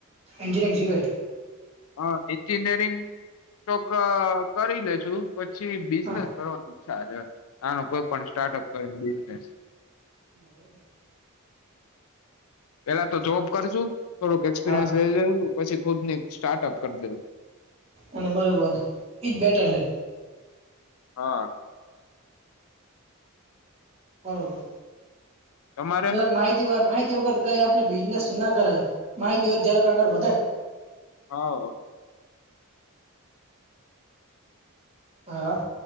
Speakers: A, on the right; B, on the left.
A: એન્નેયંગ જો હોય.
B: હ એન્જિનિયરિંગ તોક કરી લેેશુ. પછી બિઝનેસ
A: હા
B: કરવાની ઈચ્છા છે, આનો કોઈ પણ સ્ટાર્ટઅપ કરે બિઝનેસ.
A: એવું એમ ને.
B: પેલા તો જોબ કરશું થોડુંક એક્સપિરિયન્સ
A: હા
B: લઈ લે પછી ખુદ ની સ્ટાર્ટઅપ કરી દેવું.
A: અને બરોબર, એઈજ બેટર છે.
B: હા.
A: બરોબર.
B: તમારે
A: જરાક માહિતી હોય માહિતી વગર કઈ આપને બિઝનેસ ના કરે, માહિતી હોય જરાક આગળ વધે.
B: હા.
A: હા.